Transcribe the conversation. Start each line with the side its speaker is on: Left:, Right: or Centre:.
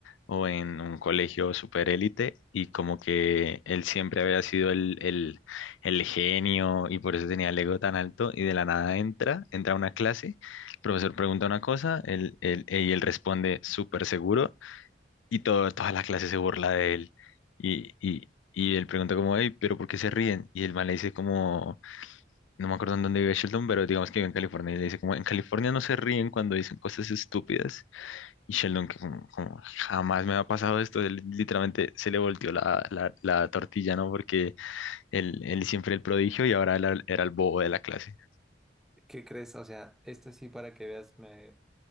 Left: o en un colegio super élite y como que él siempre había sido el, el el genio y por eso tenía el ego tan alto y de la nada entra, entra a una clase profesor pregunta una cosa, él, él- y él responde súper seguro y todo, toda la clase se burla de él. Y, y, y él pregunta como, hey, pero ¿por qué se ríen? Y el man le dice como, no me acuerdo en dónde vive Sheldon, pero digamos que vive en California. Y le dice como, en California no se ríen cuando dicen cosas estúpidas. Y Sheldon que como, como, jamás me ha pasado esto, él literalmente se le volteó la, la, la tortilla, ¿no? Porque él, él siempre el prodigio y ahora él era el bobo de la clase.
Centre: ¿Qué crees? O sea, esto sí para que veas, me